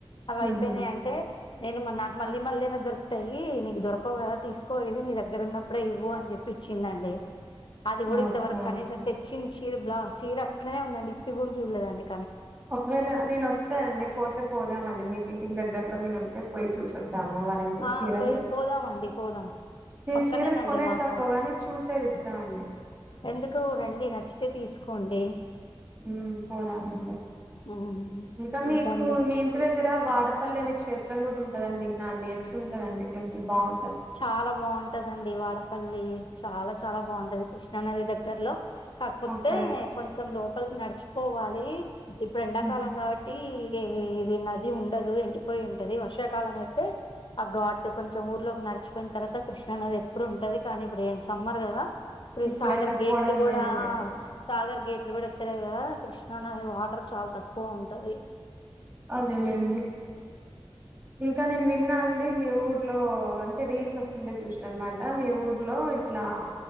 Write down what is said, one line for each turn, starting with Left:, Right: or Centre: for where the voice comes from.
Left: అవైపేయ్
Right: హుహు.
Left: నై అంటే నేను మా నాక్ మళ్ళీ మళ్ళైనా దొర్కుతాయ్ నీకు దొరకవు కదా తీసుకో ఇది నీ దగ్గర ఉన్నప్పుడే ఇవ్వు అన్ జేప్పి చిందండి అది కూడా
Right: ఓకే
Left: ఇంతవర్క్ కనీసం తెచ్చిన్ చీర బ్లా చీర అట్లనే ఉందండి ఇప్పి గూడా జూడ్ లేదండి
Right: ఒక్ వేళ నేనోస్తే అండి పోతే పోదామండి మీకీ ఇంటికి దగ్గర్లో నేనుంటే పోయ్ చూసొద్ దామ వారింటిక్
Left: ఆ
Right: చీరాలు
Left: పోయి పోదామండి పోదాం
Right: నేన్
Left: పక్కనేనండి
Right: చీర్లు కొనేద్
Left: మాకు
Right: తక్కు గాని చూసేద్ ఇష్టవండి
Left: ఎందుకు రండి నచ్చితే తీస్ కోండి
Right: ఉమ్ పోదామండి
Left: ఉమ్
Right: ఇంకా మీకు
Left: ఇంకండి
Right: మీ ఇంటి దగ్గర వాడపల్లే అనే క్షేప్ ష్టంగుటుందని విన్నా అండి ఎట్లుంటదండి టెంపుల్ బాఉం
Left: చాలా బాఉంటదండి వాడపల్లి చాలా చాలా బాఉంటది క్రీష్ణా నది దగ్గర్లో కాక్ పోతే
Right: ఓకే
Left: కొంచెం లోపల్కి నడ్చిపోవాలి ఇపుడు ఎండాకాలం
Right: ఉమ్
Left: గావట్టి ఇది ఇది నది ఉండదు ఎండిపేయి ఉంటది వర్షాకాలం ఐతే ఆ ఘాటు కొంచెం ఊర్లోక్ నడ్చ్ చ్ పెన్ తర్వత క్రీష్ణ నది ఇప్పుడుంటాది కానీ మ్ ప్పుడెంటూ సమ్మర్ గదా క్రిస్
Right: ఇప్పుడు
Left: సాగర్
Right: వెళ్ళకపోవడమే
Left: గేట్లు గూడా ఆ
Right: బెటర్
Left: సాగర్ గేట్ ఇద్ గూడా వత్తలేద్ గదా క్రీష్ణా నది వాటర్ చాల్ తక్కువుంటది
Right: అదేలేండి ఇంకా నేన్ విన్ నాండ్ డి మీ ఊర్లో అంటే రీల్స్ సోసుంటే చూష్ నన్ మాట మీ ఊర్లో ఇట్లా